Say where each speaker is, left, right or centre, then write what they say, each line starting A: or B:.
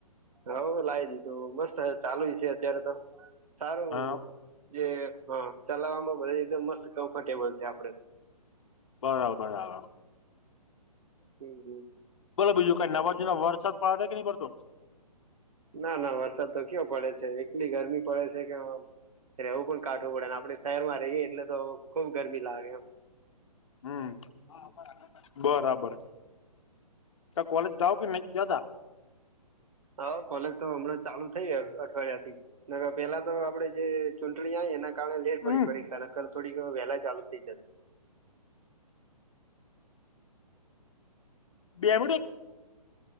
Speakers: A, on the right; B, on the left.
A: હવ લાવી દીધું મસ્ત ચાલુ છે, અત્યારે તો સારું.
B: હા
A: જે હા ચલાવવામાં બધી રીતે એકદમ મસ્ત કમ્ફર્ટેબલ છે, આપડે તો.
B: બરાબર બરાબર
A: હમ્મ હમ્મ.
B: બોલો બીજું કઈ નવા જુના વરસાદ પડે કે નહીં પડતો.
A: ના ના વરસાદ તો કયો પડે છે એકલી ગરમી પડે છે કે આ રેવું પણ કાઢવું પડેને આપણે શહેરમાં રહીએ એટલે તો ખુબ ગરમી લાગે એમ.
B: હમ્મ બરાબર ત કોલેજ જાઓ કે નહી જાતા.
A: હા કોલેજ તો હમણાં ચાલુ થઈ હે અઠવાડિયાથી. ના પેલા તો આપડે જે ચૂંટણી આવી એના. કારણે લેટ
B: હમ
A: પડી પરીક્ષા ન કર થોડીક વહેલા ચાલુ થઈ જત.
B: <unintelligible>